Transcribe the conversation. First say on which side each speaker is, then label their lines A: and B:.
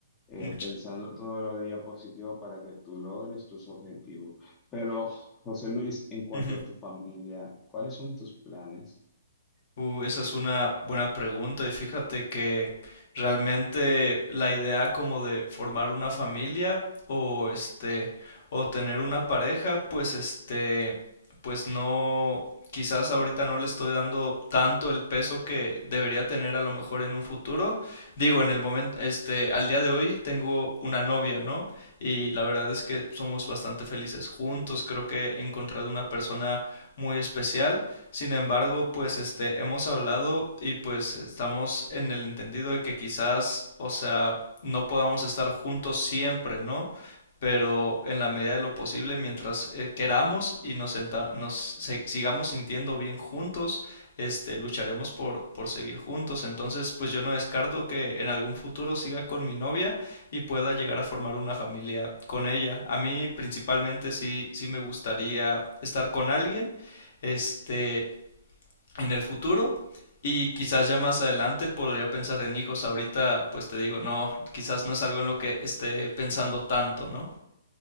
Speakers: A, on the left; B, on the left.
A: eh,
B: Much-
A: pensando todos los días positivo para que tú logres tus objetivos. Pero, José Luis, en cuanto
B: Ujú.
A: a tu familia, ¿cuáles son tus planes?
B: Uh, esa es una buena pregunta y fíjate que realmente la idea como de formar una familia o este o tener una pareja, pues este pues no quizás ahorita no le estoy dando tanto el peso que debería tener a lo mejor en un futuro. Digo, en el momento este al día de hoy tengo una novia, ¿no? Y la verdad es que somos bastante felices juntos, creo que he encontrado una persona muy especial. Sin embargo, pues este hemos hablado y pues estamos en el entendido de que quizás, o sea, no podamos estar juntos siempre, ¿no? Pero en la medida de lo posible, mientras eh, queramos y nos, senta- nos se- sigamos sintiendo bien juntos, este, lucharemos por, por seguir juntos. Entonces, pues yo no descarto que en algún futuro siga con mi novia y pueda llegar a formar una familia con ella. A mí principalmente sí, sí me gustaría estar con alguien, este, en el futuro y quizás ya más adelante podría pensar en hijos. Ahorita, pues te digo, no, quizás no es algo en lo que esté pensando tanto, ¿no?